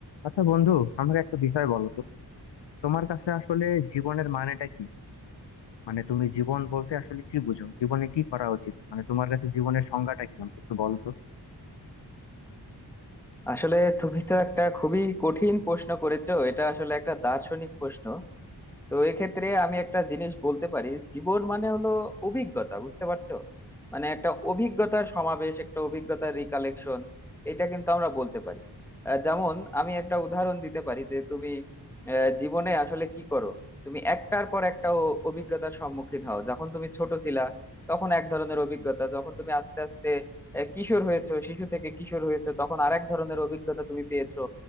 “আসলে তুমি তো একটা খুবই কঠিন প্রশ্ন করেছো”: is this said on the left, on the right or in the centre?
Centre